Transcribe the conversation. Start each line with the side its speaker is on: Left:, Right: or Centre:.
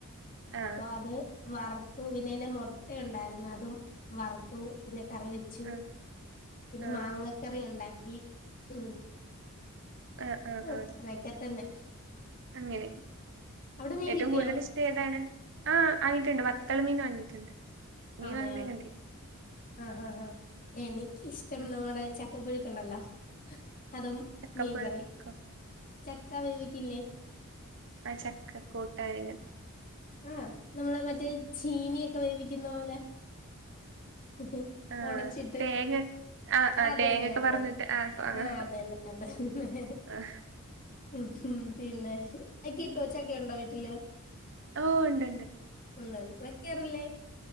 Right: ആഹ്
Left: അപ്പൊ. അത് വറുത്തു പിന്നെ ആയിന്റെ. മുട്ട ഉണ്ടായിരുന്നു. അതും. വറുത്തു പിന്നെ കറി. വെച്ചു.
Right: ആഹ്
Left: പിന്നെ
Right: ആഹ്
Left: മാങ്ങക്കറി ഉണ്ടാക്കി.. ഉം
Right: ആഹ് ആഹ്
Left: ആ,
Right: ആഹ്
Left: അതോക്കത്തന്നെ
Right: അങ്ങനെ.
Left: അവിടെ മീൻ
Right: ഏറ്റവും
Left: കിട്ടിയോ
Right: കൂടുതൽ ഇഷ്ടം. ഏതാണ് ആ, ആയിട്ടുണ്ട്. വ വത്തള്. മീൻ വാങ്ങിട്ടുണ്ട്. മീൻ
Left: അതെ
Right: വാങ്ങണേ കണ്ടേ
Left: ആ, ഹ്, ആ, ആ, എനിക്കിഷ്ടം
Right: ഉം
Left: ന്ന്. പറയുന. ചക്കപ്പുഴക്ക്ണ്ടല്ലോ അതും
Right: ചക്കപ്പഴക്കോ
Left: മീൻകറി. ചക്ക. വേവിക്കില്ലേ
Right: ആ, ചക്ക. കൂട്ടായിങ്ക
Left: ആഹ. നമ്മള്. മറ്റേ. ചീനിയൊക്കെ വേവിക്കുന്ന. പോലെ ഹ്‌. ഹ്‌.
Right: ആഹ്
Left: ഒടച്ചിട്ട്
Right: തേങ്ങ ആഹ് ആഹ്
Left: അതന്നെ.
Right: തേങ്ങൊക്കെ
Left: അതെ.
Right: പറന്നിട്ട് ആഹ് ആഹ്
Left: ആഹ. അതന്നെ. അതെന്നെ
Right: ആഹ്
Left: ഉ. ഉം. പിന്നെ. അകി ഇട്ടു വച്ചാ കേടുണ്ടോ. വീട്ടില്.
Right: ഓഹ് ഉണ്ട്
Left: ഉണ്ടണ്ട്. വെക്കാറില്ലേ